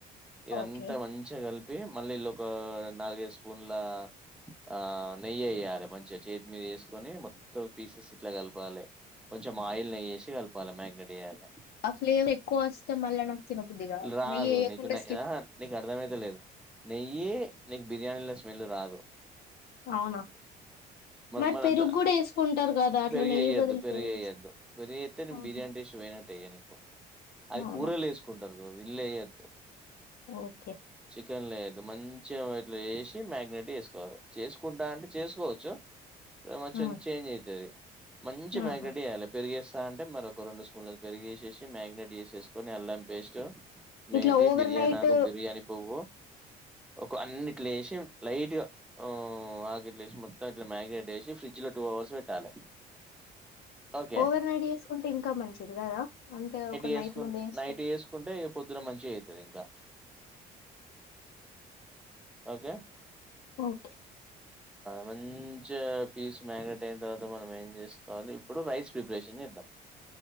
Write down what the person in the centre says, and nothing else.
ఇదంతా
మంచిగా కలిప్. తే మళ్లీ ఇళ్లా ఒక నాలుగు ఐదు స్పూన్ల ఆహ్ నెయ్యి ఏయ్యాలే మంచిగా. చేతి మీద వేసుకొని మొత్తం పీసెస్ ఇట్లా కలపాలే కొంచెం ఆయిల్ వేసి కలపాలి మ్యాగ్నేట్ చేయాలే.
రాదు
నీకు నే
ఆహ్ నీకు అర్థమయిత లేదు నెయ్యి. నీకు బిర్యానీల స్మెల్ రాదు.
మన
వద్ద
పెరుగేయ్యొద్దు
పెరుగేయ్యొద్దు
పెరుగేస్తే
బిర్యానీ టేస్ట్ పోయినట్టే ఇక నీకు అది
కూరల వేసుకుంటా. ఆహ్ ఇండ్ల వెయ్యొద్దు.
chicken layer. మంచిగా ఇట్లా చేసి మ్యాగ్నేట్ చేసుకోవాలి. చేసుకుంటా అంటే చేసుకోవచ్చు. కొంచెం
చేంజ్ అయితది. మంచిగా
మ్యాగ్నెట్ చేయాలి పెరుగేసు. తా అంటే మరి ఒక రెండు స్పూన్లు పెరిగేసేసి మ్యాగినేట్ చేసేసుకొని అల్లం పేస్టు. మేతి
బిర్యానీ
ఆకు బిర్యానీ పువ్వు. ఒక అన్ని ఇట్లా వేసి లైట్గా ఆహ్ ఆకుట్లేసి మొత్తం ఇట్లా మ్యాగ్నెట్. వేసి ఫ్రిడ్జ్ లో టూఅవర్స్ పెట్టాలి. ఓకే
చేసుకు
నైట్ చేసుకుంటే ఇక పొద్దున మంచిగా అయితది ఇంకా ఓకే
మంచి పీస్ మ్యారినేట్ అయిన తర్వాత మనం ఏం చేసుకోవాలి ఇప్పుడు రైస్ ప్రిపరేషన్ చేద్దాం